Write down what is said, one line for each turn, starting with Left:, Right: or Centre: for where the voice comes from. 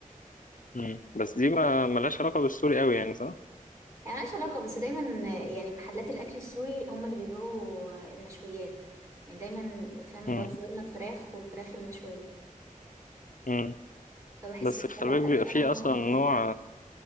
Left: مم. بس دي ما ملهاش علاقة بالسوري أوي يعني صح؟
Right: يعني ملهاش علاقة بس دايما آه، يعني محلات الأكل السوري هم اللي بيبيعوا آه، المشويات يعني دايما فاهم اللي
Left: مم.
Right: هو شاورما الفراخ والفراخ المشوية
Left: مم.
Right: فبحس
Left: بس
Right: بدأت
Left: خلي بالك
Right: أقتنع
Left: بيبقى فيه
Right: إنها
Left: أصلا
Right: أكل
Left: نوع
Right: سوري